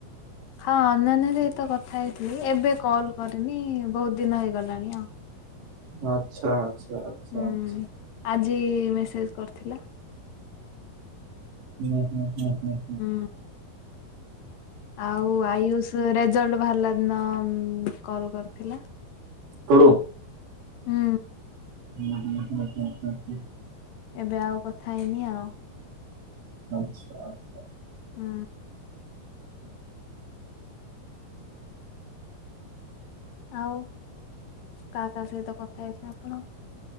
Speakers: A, on the left; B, on the right.
A: ହଁ ଅନନ୍ୟା ସହିତ କଥା ହେଇଥିଲି। ଏବେ କଲ କରିନି ବହୁତ ଦିନ ହେଇଗଲାଣି ଆଉ।
B: ଆଚ୍ଛା ଆଚ୍ଛା। ଆଚ୍ଛା
A: ହୁଁ
B: ଆଚ୍ଛା
A: ଆଜି ମେସେଜ କରିଥିଲା।
B: ହୁଁ ହୁଁ ହୁଁ ହୁଁ।
A: ହୁଁ ଆଉ ଆୟୁଷ ଯୋଉ ରେଜଲ୍ଟ ବାହାର ଦିନ କଲ୍ କରିଥିଲା।
B: କୁଡୁଙ୍ଗ।
A: ହୁଁ।
B: ହୁଁ ହୁଁ ହୁଁ ହୁଁ ହୁଁ ହୁଁ।
A: ଏବେ ଆଉ କଥା ହେଇନି ଆଉ।
B: ଆଚ୍ଛା ଆଚ୍ଛା।
A: ହୁଁ। ଆଉ କାହା କାହା ସହିତ କଥା ହେଇଥିଲେ ଆପଣ?